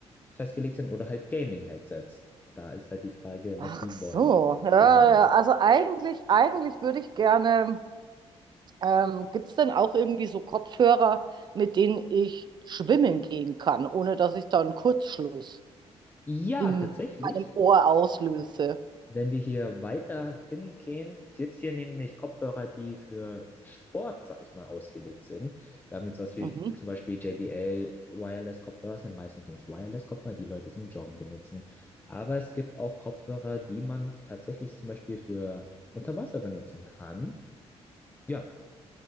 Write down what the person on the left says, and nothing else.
festgelegt sind oder halt Gaming-Headsets. Da ist halt die Frage,
was sie
wollen.
Genau.
Ja,
tatsächlich.
Wenn wir hier weiter hingehen, gibt es hier nämlich Kopfhörer, die für Sport, sag ich mal, ausgelegt sind. Da haben wir zum Beispiel,
zum Beispiel JBL Wireless-Kopfhörer, sind meistens nämlich Wireless-Kopfhörer, die Leute zum Joggen benutzen. Aber es gibt auch Kopfhörer, die man tatsächlich zum Beispiel für unter Wasser benutzen kann. Ja,